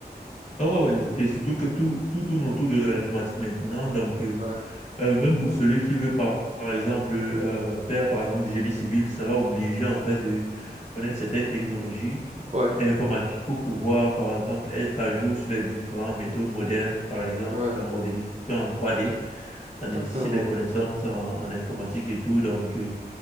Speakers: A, on the left; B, on the right.
A: Ah ouais, ouais, et surtout que tout, tout tourne autour de l'informatique maintenant. Donc, euh,
B: Ouais,
A: euh, même pour celui qui veut, par, par exemple, euh, faire, par exemple, du génie civil, sera obligé, en fait, de connaître certaines technologies
B: ouais,
A: informatiques pour pouvoir, par exemple, être à jour sur les différentes méthodes modernes. Par exemple,
B: ouais,
A: la modélisation en 3D, ça
B: exactement.
A: nécessite des connaissances en, en informatique et tout. Donc, euh,